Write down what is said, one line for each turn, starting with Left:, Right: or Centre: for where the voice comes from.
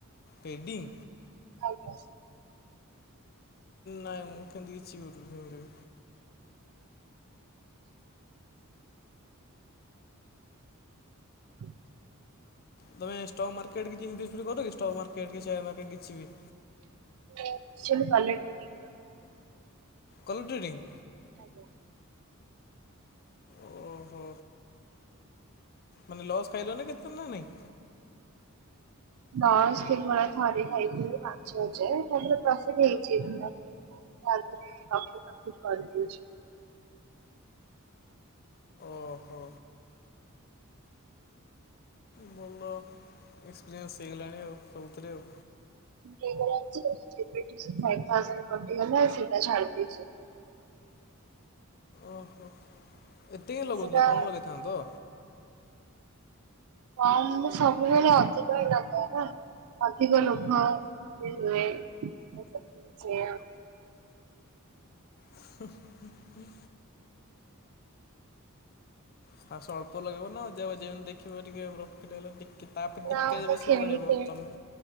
Left: ପେଡିଂ?
Right: ଆଜ୍ଞା।
Left: ନାଇଁ ମୁଁ କେମିତି କିଛି <unintelligible>
Right: ହୁଁ <unintelligible>
Left: ତମେ ଷ୍ଟକ୍ ମାର୍କେଟ କି <unintelligible> କର କି ଷ୍ଟକ୍ ମାର୍କେଟ କି ସେୟାର ମାର୍କେଟ କିଛି ବି।
Right: <unintelligible>
Left: Colour trading.
Right: ଆଜ୍ଞା।
Left: ଓହୋ ମାନେ ଲସ୍ ଖାଇଲ ନା କେତେଦିନ ନା ନାଇଁ?
Right: ଲସ୍ କେବଳ ଥରେ ଖାଇଥିଲି ପାଞ୍ଚ ହଜାର ତାପରେ ପ୍ରଫିଟ ହେଇଚି <unintelligible> <unintelligible>
Left: ଓ ହୋ। ଭଲ। ଏକ୍ସପିରିୟନ୍ସ ହେଇଗଲାଣି ଆଉ ସବୁଥିରେ ଆଉ।
Right: <unintelligible> ଯେବେଠୁ ସେ ଫାଇପ ଥାଉଜାଣ୍ଟ କଟିଗଲା ସେଇଟା ଛାଡି ଦେଇଚି।
Left: ଓହୋ ଏତେ କାଇଁ ଲଗୋଉଥିଲ
Right: ସେଟା
Left: କମ୍ ଲଗେଇଥାନ୍ତ?
Right: କମ ମୁଁ ସବୁବେଳେ ଅଧିକା ଲଗଏ ନା। ଅଧିକ ଲୋଭ ଟିକେ ହୁଏ ସେଇଆ ଆଉ।
Left: ହୁ ହୁ ହୁଁ। ଫାର୍ଷ୍ଟ ଅଳ୍ପ ଲଗେଇବ ନା ଯେମିତି ଦେଖିବ ଟିକେ ପ୍ରଫିଟ୍ ହେଲା ଟି ତାପରେ
Right: ନା
Left: ଟିକେ
Right: ମୁଁ
Left: ବେଶୀ
Right: ଖେଳିକି
Left: ବଢ଼େଇବ। ତମ